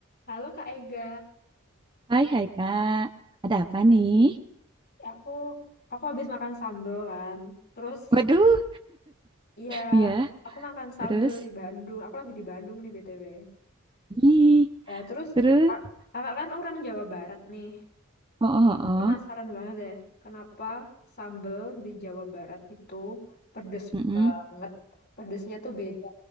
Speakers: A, on the left (about 50°); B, on the right (about 20°).
A: Halo Kak Ega,
B: Hai, hai Kak. Ada apa
A: Hmm.
B: nih?
A: aku aku habis makan sambal kan. Terus
B: Waduh,
A: iya,
B: ya
A: aku makan sambal
B: terus?
A: di Bandung. Aku lagi di Bandung nih BTW.
B: Ih,
A: Nah, terus
B: terus?
A: a- Kakak kan orang Jawa Barat nih.
B: Oh, oh,
A: Aku Penasaran
B: oh.
A: banget deh, kenapa sambal di Jawa Barat itu pedes
B: Mm-mm.
A: banget. Pedesnya tuh beda.